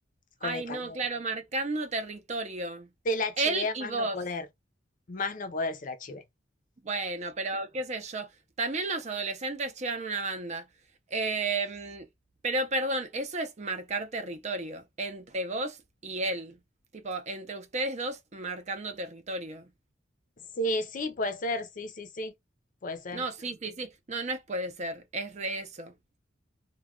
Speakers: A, on the left; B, on the right.
A: con
B: Ay,
A: el calor.
B: no, claro, marcando territorio.
A: Se la chivé
B: Él
A: a
B: y
A: más
B: vos.
A: no poder, más no poder se la chivé.
B: Bueno, pero qué sé yo. También los adolescentes llevan una banda. Em, pero perdón, eso es marcar territorio. Entre vos y él. Tipo, entre ustedes dos marcando territorio.
A: Sí, sí, puede ser, sí, sí, sí, puede ser.
B: No, sí, sí, sí. No, no es puede ser. Es re eso.